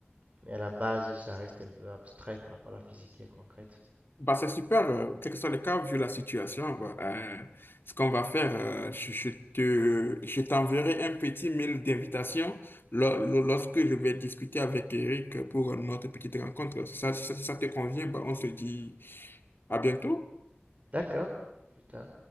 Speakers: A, on the right (about 35°); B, on the left (about 60°).
A: Mais à la base, ça reste un peu abstrait par rapport à la physique qui est concrète.
B: Bah, c'est super, euh, quel que soit le cas, vu la situation, bah, euh, ce qu'on va faire, euh, je, je te, je t'enverrai un petit mail d'invitation lo- lo- lorsque je vais discuter avec Eric pour notre petite rencontre. Ça, ça, si ça te convient, bah, on se dit à bientôt.
A: D'accord, plus tard.